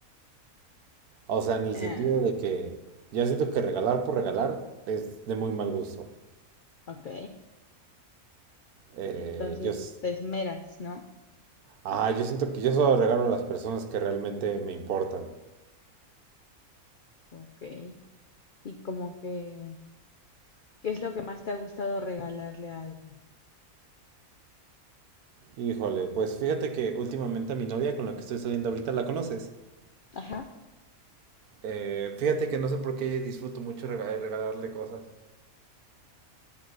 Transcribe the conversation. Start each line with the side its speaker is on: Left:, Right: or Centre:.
Right: O sea, en el sentido
Left: "Ah,
Right: de que yo siento que regalar por regalar es de muy mal gusto.
Left: ok,
Right: Eh,
Left: entonces
Right: yo, s-
Left: te esmeras, ¿no?
Right: Ah, yo siento que yo solo regalo a las personas que realmente me importan.
Left: Ok, y como que, ¿qué es lo que más te ha gustado regalarle a alguien?
Right: Híjole, pues fíjate que últimamente a mi novia con la que estoy saliendo ahorita la conoces.
Left: Ajá,
Right: Eh, fíjate que no sé por qué disfruto mucho rega- eh, regalarle cosas.